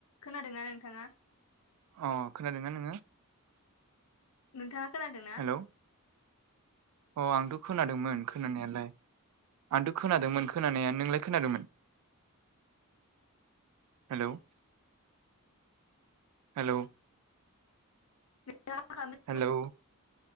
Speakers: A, on the left; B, on the right.
A: खोनादोंना नोंथाङा?
B: अ खोनादोंना नोङो?
A: नोंथाङा खोनादों ना?
B: हेलौ अ आंथ' खोनादोंमोन खोनानायालाय। आंथ' खोनादोंमोन खोनानाया नोंलाय खोनादों हेलव हेलव!
A: <unintelligible>
B: हेलौ